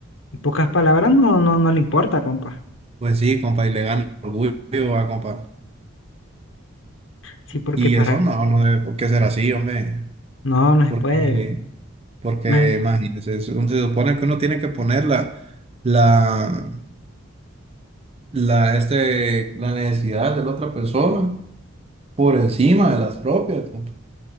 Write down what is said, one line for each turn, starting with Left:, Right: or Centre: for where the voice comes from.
Left: en pocas palabras, no, no, no le importa, compa.
Right: Pues sí, compa, y le gano el orgullo a compa.
Left: Sí, porque
Right: Y
Left: para...
Right: eso no, no debe por qué ser así, hombre.
Left: No, no se
Right: Porque,
Left: puede.
Right: porque
Left: Ah,
Right: imagínese, se se supone que uno tiene que poner la, la, la, este, la necesidad de la otra persona por encima de las propias, compa.